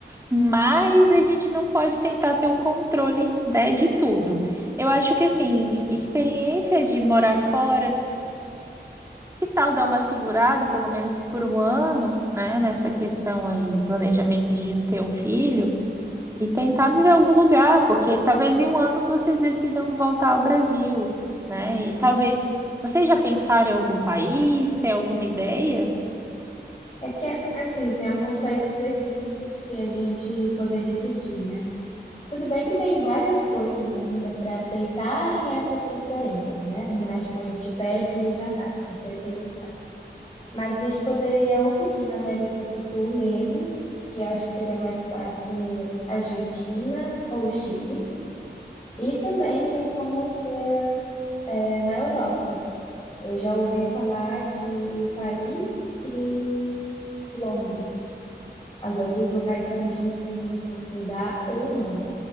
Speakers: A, on the right; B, on the left.
A: mas a gente não pode tentar ter o controle, né, de tudo. Eu acho que, assim, experiência de morar fora, que tal dar uma segurada, pelo menos por um ano, né, nessa questão aí do planejamento de não ter um filho, e tentar viver em algum lugar, porque talvez em um ano vocês decidam voltar ao Brasil, né, e talvez vocês já pensaram em algum país, tem alguma ideia?
B: É que, assim, tem alguns países específicos que a gente poderia pedir, né? Tudo bem que tem várias coisas ainda para aceitarem essa transferência, né? Não é tipo a gente pede e já vai, é certeza que vai. Mas a gente poderia ou pedir na América do Sul mesmo, que eu acho que seria mais fácil Argentina ou Chile. E também tem como ser, é, na Europa. Eu já ouvi falar de Paris e Londres. Os outros locais realmente eu não tenho noção se dá ou não,